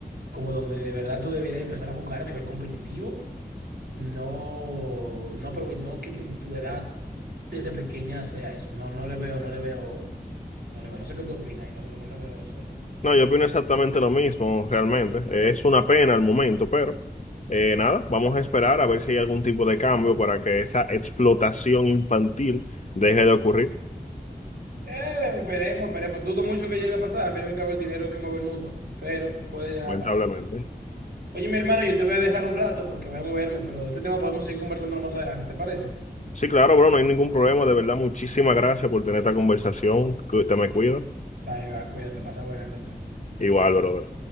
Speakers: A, on the right; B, on the left.
A: como donde de verdad tú deberías empezar a jugar a nivel competitivo, no, no, prove- no que tu, tu edad desde pequeña sea eso. No, no le veo, no le veo, no le veo. No sé qué tú opinas y no sé, no le veo eso ahí, ¿no?
B: No, yo opino exactamente lo mismo, realmente. Es una pena al momento, pero eh, nada, vamos a esperar a ver si hay algún tipo de cambio para que esa explotación infantil deje de ocurrir,
A: Eh, esperemos, esperemos. Dudo mucho que llegue a pasar. Al fin y al cabo, el dinero es el que mueve el mundo. Pero puede llegar
B: lamentablemente.
A: a pasar. Oye, mi hermano, yo te voy a dejar un rato porque voy a moverme, pero de este tema podemos seguir conversando más adelante, ¿te parece?
B: Sí, claro, bro, no hay ningún problema. De verdad, muchísimas gracias por tener esta conversación. Cu- Te me cuidas.
A: Dale, va, cuídate, pasa buena entonces.
B: Igual, brother.